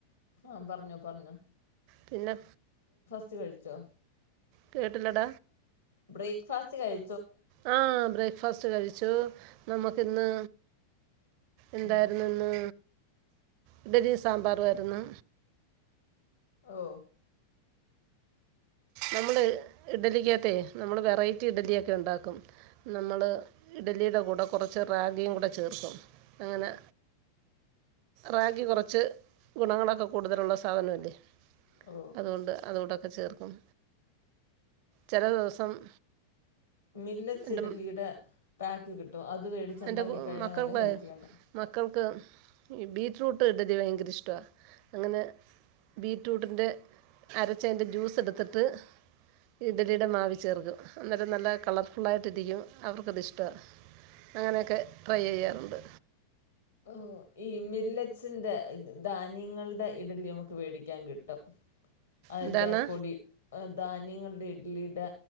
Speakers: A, on the left (about 70°); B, on the right (about 45°).
A: ആ പറഞ്ഞോ പറഞ്ഞോ
B: പിന്നെ
A: ഫുഡ് കഴിച്ചോ
B: കേട്ടില്ലടാ
A: ബ്രേക്ക്ഫാസ്റ്റ് കഴി
B: ആ ബ്രേക്ക- ബ്രക്ക്ഫാസ്റ്റ് കഴിച്ചു നമുക്കിന്ന് എന്തായിരുന്നു
A: ഉം.
B: ഇന്ന് ഇഡ്ഢലി മ് സാമ്പാറും ആയിരുന്നു
A: ഓ
B: നമ്മള് ഇഡലിക്കത്തേ നമ്മൾ വെറൈറ്റി ഇഡ്ഡലിയൊക്കെ ഉണ്ടാക്കും നമ്മൾ ഇഡലിയുടെ കൂടെ കുറച്ച് റാഗിയുംകൂടേ ചേർക്കും അങ്ങനെ റാഗി കുറച്ച് ഗുണങ്ങളൊക്കെ കൂടുതലുള്ള സാധനമല്ലേ
A: ഓ
B: അതുകൊണ്ട് അതോടൊക്കെ ചേർക്കും ചില ദിവസം-
A: മില്ലറ്റ്
B: എൻ്റെ
A: ഇഡലിയുടെ പാക്ക് കിട്ടും അത് വേടിച്ചുണ്ടാക്കി
B: എൻ്റെ
A: കഴിഞ്ഞാൽ
B: മക്കൾക്ക്
A: നല്ല ഹെൽത്തിയാണ്
B: മക്കൾക്ക് ബീറ്റ്റൂട്ട് ഇടലി ഭയങ്കര ഇഷ്ടവാ അങ്ങനെ ബീറ്ററൂട്ടിന്റെ- അരചച്ച് അതിന്റ ജ്യൂസ് എടുത്തിട്ട് ഇഡ്ലിയുടെ മാവി ചേർക്കും അന്നേരം നല്ല കളർഫുുള്ളായിട്ട് ഇരിക്കും അവർക്കത് ഇഷ്ടമാണ് അങ്ങനെയൊക്കെ ട്രൈ ചെയ്യാറുണ്ട്
A: ഓ ഈ മില്ലറ്റ്സിന്റെ ധാന്യങ്ങളുടെ ഇഡലി നമുക്ക് മേടിക്കാൻ കിട്ടും അതിന്റെ
B: എന്താണ്
A: പൊടി ധാന്യങ്ങളുടെ ഇഡ്ലിയുടെ